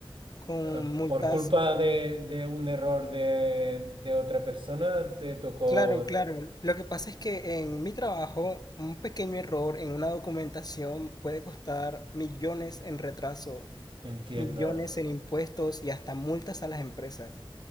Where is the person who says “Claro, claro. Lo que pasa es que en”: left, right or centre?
Left